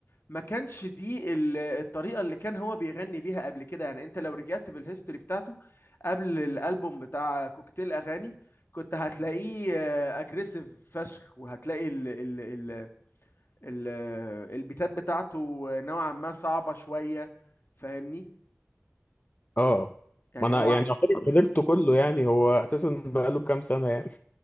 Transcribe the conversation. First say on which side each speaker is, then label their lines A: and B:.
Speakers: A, on the left; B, on the left.
A: ما كانش دي ال- الطريقه اللي كان هو بيغني بيها قبل كده يعني انت لو رجعت بالهيستوري بتاعته قبل الالبوم بتاع كوكتيل اغاني كنت هتلاقيه اجريسيف فشخ وهتلاقي ال ال ال ال البيتات بتاعته نوعا ما صعبه شويه فاهمني
B: اه
A: يعني
B: ما انا
A: هو
B: يعني اعتبر
A: مم.
B: حضرته كله يعني هو اساسا بقاله كام سنه يعني